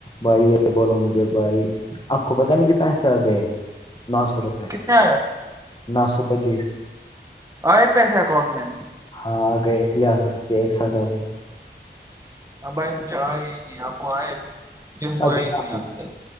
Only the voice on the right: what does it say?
کتنا ہے
آئے پیسے اکاؤنٹ میں
ہاں بھائی مجھے آئے ہی نہیں آپ کو آئے مجھے ہوا
ہی
نہیں
آپ